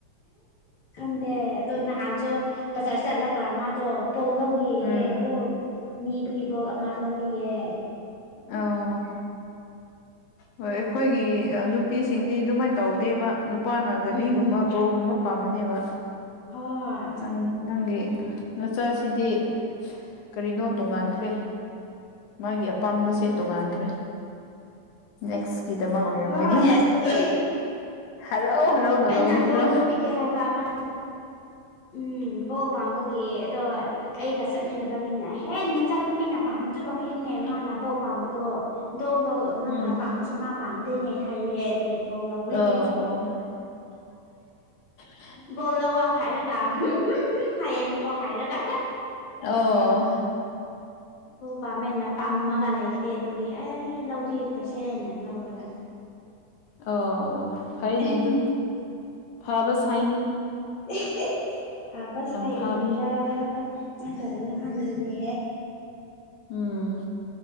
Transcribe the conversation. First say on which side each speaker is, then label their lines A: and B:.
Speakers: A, on the left; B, on the left.
A: ꯈꯪꯗ ꯇ ꯅꯍꯥꯟꯁꯨ ꯕꯖꯥꯔ ꯆꯠꯂꯒ ꯃꯥꯗꯣ ꯕꯣꯜ ꯂꯧꯒ
B: ꯎꯝ
A: ꯌꯦ ꯕꯣꯜ ꯅꯤꯕꯒꯤ ꯕꯣꯜ ꯑꯃ ꯂꯧꯕꯤꯌꯦ
B: ꯑꯣ ꯍ ꯑꯩꯈꯣꯏꯒꯤ ꯅꯨꯄꯤꯁꯤꯡꯗꯤ ꯑꯗꯨꯃꯥꯏꯅ ꯇꯧꯗꯦꯕ ꯅꯨꯄꯥꯅ ꯒꯥꯔꯤꯒꯨꯝꯕ
A: ꯎꯝ
B: ꯕꯣꯛꯒꯨꯝꯕ ꯄꯥꯝꯝꯕꯅꯦꯕ
A: ꯍꯣꯏ
B: ꯅꯪ ꯅꯪꯒꯤ ꯅꯆꯥꯁꯤꯗꯤ ꯀꯔꯤꯅꯣ ꯇꯣꯡꯉꯥꯟꯈ꯭ꯔꯦ ꯃꯥꯒꯤ ꯑꯄꯥꯝꯕꯁꯦ ꯇꯣꯡꯉꯥꯟꯈ꯭ꯔꯦ ꯅꯦꯛꯁꯀꯤꯗꯃꯛ ꯑꯣꯏꯔꯝꯒꯅꯤ
A: ꯍꯣꯏ ꯑꯗꯨꯒꯤ
B: ꯍꯔꯥꯎ ꯍꯔꯥꯎꯅ
A: ꯑꯩꯅ
B: ꯂꯧꯕꯤꯈ꯭ꯔꯣ
A: ꯗꯣꯜ ꯂꯧꯕꯤꯒꯦ ꯍꯥꯏꯕ ꯑꯃ ꯎꯝ ꯕꯧ ꯄꯥꯝꯕꯒꯤ ꯑꯗꯣ ꯑꯩꯒ ꯆꯠꯃꯤꯟꯅꯕ ꯃꯤꯅꯍꯦ ꯅꯆꯥꯅꯨꯄꯤꯅ ꯄꯥꯝꯕꯗꯨꯣ ꯂꯧꯕꯤꯌꯨꯅꯦ ꯃꯥꯅ ꯕꯣ ꯄꯥꯝꯕꯗꯣ ꯗꯣꯗꯣ ꯅꯪꯅ
B: ꯎꯝ
A: ꯄꯥꯝꯃꯁꯨ ꯃꯥ ꯄꯥꯝꯗꯦꯅꯦ ꯍꯥꯏꯌꯦ ꯑꯗꯨꯒꯤ ꯕꯣꯜ ꯂꯧꯋꯤ
B: ꯑꯣ ꯑꯣ <inaudible>
A: ꯕꯣꯜꯂꯋꯥ ꯍꯥꯏꯔꯒꯝ ꯍꯥꯏꯌꯦꯦ ꯃꯀꯣꯛ ꯍꯥꯏꯔꯒ
B: ꯑꯣ
A: ꯄꯥꯥꯝꯃꯦꯟꯅ ꯄꯥꯝꯃꯒ ꯂꯩꯈ꯭ꯔꯦ ꯑꯗꯨꯒꯤ ꯑꯦ ꯂꯧꯕꯤꯈ꯭ꯔꯁꯦꯅ ꯂꯧꯔꯒ
B: ꯑꯣ ꯑꯣ ꯐꯩꯅꯦ
A: ꯑꯦ
B: ꯑꯗꯨ ꯐꯕ ꯁꯥꯏꯅꯦ
A: ꯑꯦ ꯐꯕ ꯁꯥꯏ
B: ꯐꯕꯅꯤ
A: ꯑꯣꯏꯗꯣꯏꯔꯥ ꯀꯃꯥꯏꯅ ꯇꯧꯗꯅ ꯈꯪꯗ꯭ꯔꯤꯅꯦꯍꯦ
B: ꯎꯝ